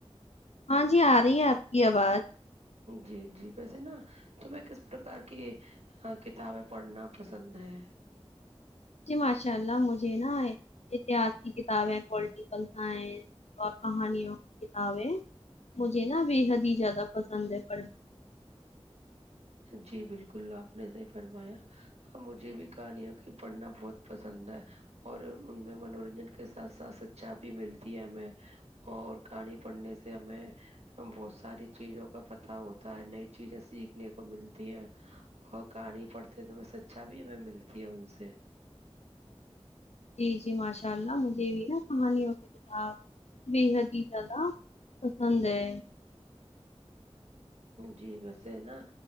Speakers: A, on the left (about 85°); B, on the right (about 75°).
A: ہاں جی آ رہی ہے آپ کی آواز
B: جی جی ویسے نا تو میں کس پرکار کی ہ کتابیں پڑھنا پسند ہے
A: جی ماشاء اللہ مجھے نا اتحاد کی کتابیں پولٹیکل سائنس اور کہانیوں کتابیں مجھے نا بے حد ہی زیادہ پسند ہے پھ
B: جی بالکل آپ نے صحیح فرمایا اور مجھے بھی کہانیوں کی پڑھنا بہت پسند ہے اور ان میں منورنجن کے ساتھ ساتھ سچ چا بھی ملتی ہے ہمیں اور کہانی پڑھنے سے ہمیں بہت ساری چیزوں کا پتہ ہوتا ہے نئی چیزیں سیکھ نے کو ملتی ہے اور کہانی پڑھتے تو میں سے اچھا بھی ہمیں ملتی ہے ان سے
A: جی جی ماشاء اللہ مجھے بھی نا کہانیوں کے خلاف بےحد ہی زیادہ پسند ہے
B: جی ویسے نا